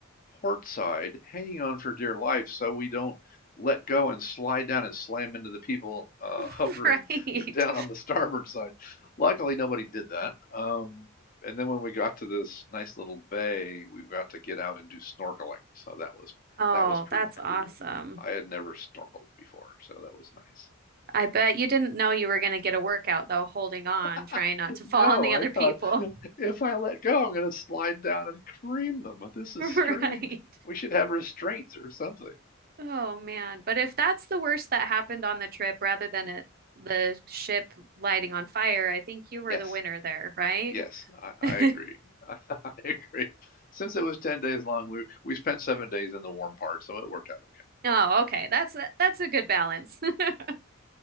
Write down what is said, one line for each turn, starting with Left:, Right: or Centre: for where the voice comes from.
Left: port side, hanging on for dear life, so we don't let go and slide down and slam into the people uh,
Right: <laughs>
Left: hovering
Right: Right.
Left: down on the <laughs> starboard side. Luckily, nobody did that. Um, and then when we got to this nice little bay, we got to get out and do snorkeling. So that was
Right: Oh,
Left: that was pretty
Right: that's
Left: cool.
Right: awesome.
Left: I had never snorkeled before, so that was nice.
Right: I bet you didn't know you were going to get a workout, though, holding on,
Left: <laughs>
Right: trying not to
Left: No,
Right: <laughs> fall on the
Left: I
Right: other
Left: thought
Right: people.
Left: if I let go, I'm going to slide down and cream them. This is
Right: <laughs>
Left: strange.
Right: Right.
Left: We should have restraints or something.
Right: Oh, man. But if that's the worst that happened on the trip, rather than it, the ship lighting on fire, I think you were
Left: Yes,
Right: the winner there, right?
Left: yes, I, I
Right: <laughs>
Left: agree. <laughs> I, agree. Since it was 10 days long, we, we spent seven days in the warm part, so it worked out
Right: Oh, okay. That's a, that's a good balance. <laughs>